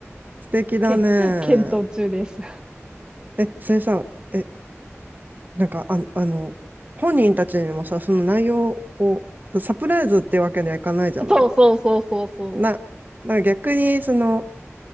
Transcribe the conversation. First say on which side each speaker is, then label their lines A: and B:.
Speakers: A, on the right (about 40°); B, on the right (about 15°).
A: 素敵だね。
B: け、<laughs> 検討中です。
A: え、それさ、え、なんか、あの、あの、本人たちにもさ、その内容を、サプライズってわけにはいかないじゃない
B: そうそうそうそうそ
A: な、だから逆に、その、